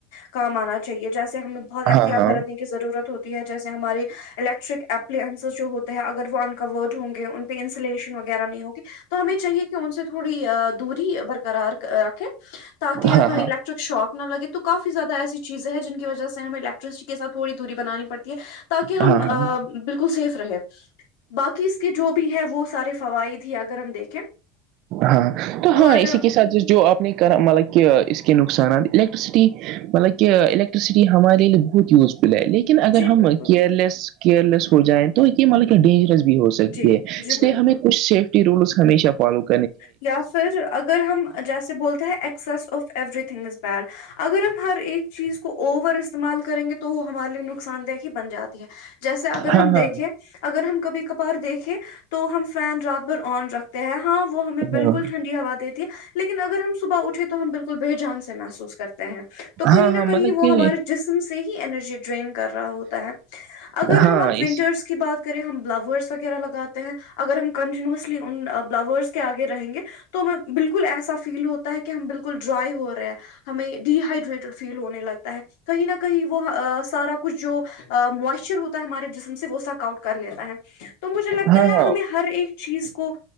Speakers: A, on the left; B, on the right.
A: کام آنا چاہیے جیسے ہمیں بہت احتیاط
B: ہاں ہاں ہاں
A: برتنے کی ضرورت ہوتی ہے جیسے ہماری الیکٹرک اپلنسز جو ہوتے ہیں اگر وہ انکورڈ ہوں گے ان پہ انسلیشن وغیرہ نہیں ہوگی تو ہمیں چاہیے کہ ان سے تھوڑی دوری برقرار رکھے تاکہ
B: ہاں
A: ہمیں
B: ہاں
A: الیکٹرک شوق نہ لگے تو کافی زیادہ ایسی چیزیں ہیں جن کی وجہ سے ہمیں الیکٹرسٹی کےات تھوی دوری بنانی پڑتی ہے تاکہ
B: ہاں
A: ہم
B: ہاں
A: بالکل سیف رہے باقی اس کے جو بھی ہے وہ سارے فوائد ہی اگر ہم دیکھیں
B: ہاں تو ہاں
A: اور
B: اسی کے ساتھ جو آپ نے کرا مطلب کہ اس کے نقصانات الیکٹرسٹی مطلب کہ الیکٹرسٹی ہمارے لیے یوزفل ہے لیکن اگر
A: جی
B: ہم
A: بالکل
B: کیئرلیس کیئرلیس ہو جائیں تو ملک ڈینجرس بھی ہو سکتی
A: جی
B: ہے
A: جی
B: اس لیے
A: بالکل
B: ہمیں کچھ سیفٹی رولس ہمیشہ فالو کر
A: یا پھر اگر ہم جیسے بولتے ہیں excess of everything is bad اگر ہم ہر ایک چیز کو اوور استعمال کریں گے تو تو وہ ہمارے لیے نقصان دہ ہی بن جاتی ہے جیسے اگر
B: ہاں
A: ہم
B: ہاں
A: دیکھیں
B: ہاں
A: اگر ہم کبھی کبھار دیکھیں تو ہم فین رات بھر آن رکھ ہاں وہ ہمیں بالکل
B: ہاں
A: ٹنڈی ہوا دیتی ہے لیکن اگر ہم صبح اٹھے تو ہم بالکل بے جان سے محسوس کرتے ہیں تو کہیں
B: ہاں
A: نہ
B: ہاں
A: کہیں
B: مطلب
A: وہ
B: کہ
A: ہمارے جسم سے ہی انینرجی ڈرین کر رہا ہوتا ہے اگر
B: ہاں
A: ہم آپ ونٹرس
B: اس
A: کو کی بات کریں ہم بلاورس وغیرہ لگاتے ہیں اگر ہم کنٹینوسلی ان بلاورس آگے رہیں گے تو ہم بالکل ایسا فیل ہوتا ہے کہ ہم بالکل ڈرائی ہو رہے ہیں ہمیں ڈی ہائڈریٹیڈ فیل ہونے لگتا ہے کہیں نہ کہیں وہ سارا کچھ جو موائسچر ہوتا ہے ہمارے جسم سے وہ سک آؤٹ کر لیتا ہے تو مجھے لگتا
B: ہاں
A: ہے
B: ہاں
A: ہمیں ہر ایک چیز کو